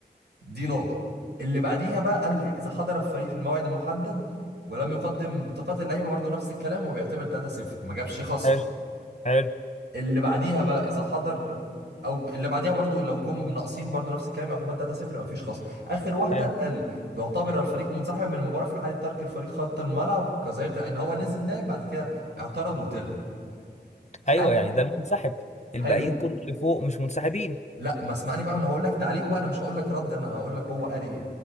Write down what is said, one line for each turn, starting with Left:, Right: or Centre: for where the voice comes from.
Right: دي نقطة اللي بعديها بقى قال لك إذا حضر الفريق في الموعد المحدد ولم يقدم بطاقات اللعيبة برضو نفس الكلام وبيعتبر 3-0 ما جابش خصم
Left: حلو حلو
Right: اللي بعديها بقى إذا حضر أو اللي بعديها برضو لو جم ناقصين برضو نفس الكلام يعتبر 3-0 ما فيش خصم آخر واحدة
Left: حلو
Right: قال يعتبر الفريق منسحبا من المباراة في حالة ترك الفريق خط الملعب كظاهرة إن هو نزل لعب بعد كده اعترض وطلع
Left: ايوه
Right: قال
Left: يعني ده المنسحب
Right: حلو
Left: الباقيين كل اللي فوق مش منسحبين
Right: لا ما اسمعني بقى انا هقول لك تعليقه بقى انا مش هقول لك رد انا انا هقول لك هو قال ايه